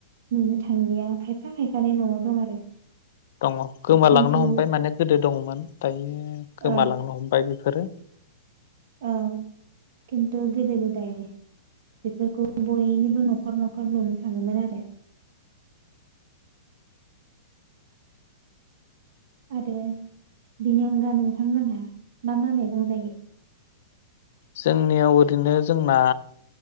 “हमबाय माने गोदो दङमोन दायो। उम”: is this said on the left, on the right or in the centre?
Left